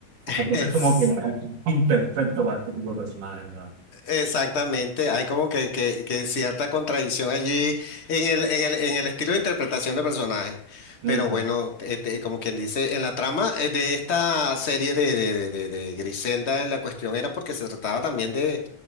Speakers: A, on the left; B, on the right.
A: <laughs>
B: Entonces
A: Es-
B: como que es imperfecto para este tipo de personajes,
A: exactamente, hay como que, que- que cierta contradicción allí en el, en el, en el estilo de interpretación de personaje.
B: ¿verdad?
A: Pero bueno, este, como quien dice, en la trama eh, de esta serie de, de, de- de- de Griselda, en la cuestión era porque se trataba también de